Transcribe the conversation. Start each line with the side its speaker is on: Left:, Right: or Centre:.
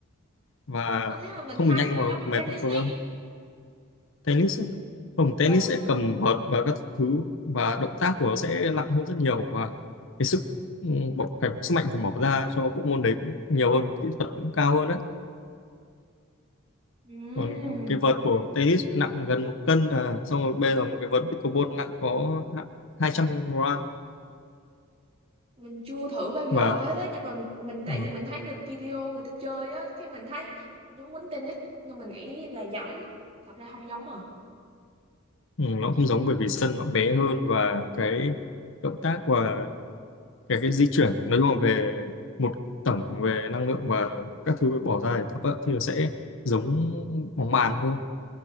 Left: và
Right: ờ thế mà mình
Left: không
Right: thấy
Left: được nhanh
Right: nó
Left: và
Right: giống
Left: mệt
Right: tennis
Left: bằng cầu
Right: đấy
Left: lông tennis á. không tennis
Right: ừ
Left: sẽ cầm vợt và các thứ và động tác của nó sẽ nặng hơn rất nhiều và cái sức ừ, bỏ phải sức mạnh phải bỏ ra cho bộ môn đấy cũng nhiều hơn kỹ thuật cũng cao hơn đấy
Right: Ừm,
Left: còn cái vợt của tennis nặng gần một cân à xong rồi bây giờ một cái vợt pickleball nặng có hai trăm gram
Right: mình chưa thử bao giờ
Left: và
Right: hết á nhưng mà mình tại
Left: ừ,
Right: vì mình thấy người video người ta chơi á cái mình thấy giống quýnh tennis nên mình nghĩ là giống thật ra không giống à
Left: ừ, nó không giống bởi vì sân nó bé hơn và cái động tác và cái cái di chuyển nói chung là về một tổng về năng lượng và các thứ bỏ ra để tập á, thì nó sẽ giống bóng bàn hơn